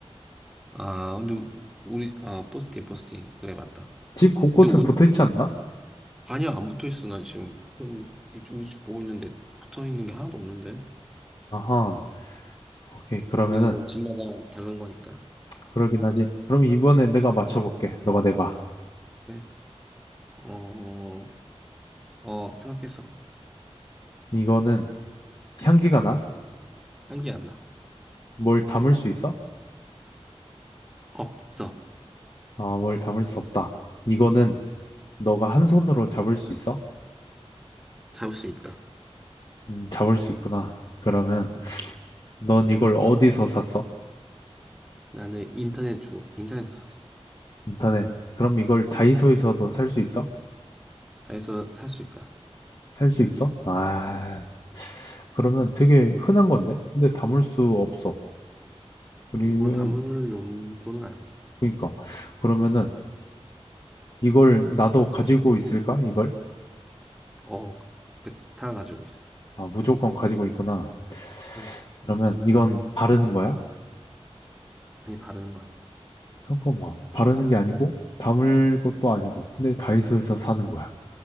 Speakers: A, in the centre; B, on the left.
A: 아, 근데 우리 아 포스팅 포스팅 그래 맞다.
B: 집 곳곳에
A: 근데 온
B: 붙어 있지 않나?
A: 아니야 안 붙어 있어 나 지금 형 이쪽 우리 집 보고 있는데 붙어 있는 게 하나도 없는데.
B: 아하. 오케이. 그러면은,
A: 그럼 이거 뭐 집마다 다른 거니까.
B: 그러긴 하지. 그럼 이번에 내가 맞춰볼게. 너가 내봐.
A: 그래. 어, 어 생각했어.
B: 이거는 향기가 나?
A: 향기 안 나.
B: 뭘 담을 수 있어?
A: 없어.
B: 아, 뭘 담을 수 없다. 이거는 너가 한 손으로 잡을 수 있어?
A: 잡을 수 있다.
B: 음, 잡을 수 있구나. 그러면
A: 응.
B: 넌 이걸 어디서 샀어?
A: 나는 인터넷 주 인터넷에서 샀어.
B: 인터넷. 그럼 이걸 다이소에서도 살 수 있어?
A: 다해서 살 수 있다.
B: 살 수 있어? 아, 그러면 되게 흔한 건데? 근데 담을 수 없어. 그리고,
A: 이뭘 담을 용도는 아니야.
B: 그러니까. 그러면은 이걸 나도 가지고 있을까? 이걸?
A: 어 베타 가지고 있어.
B: 아, 무조건 가지고 있구나.
A: 응.
B: 그러면 이건 바르는 거야?
A: 아니 바르는 거 아니야.
B: 잠깐만. 바르는 게 아니고, 담을 것도 아니고, 근데 다이소에서 사는 거야.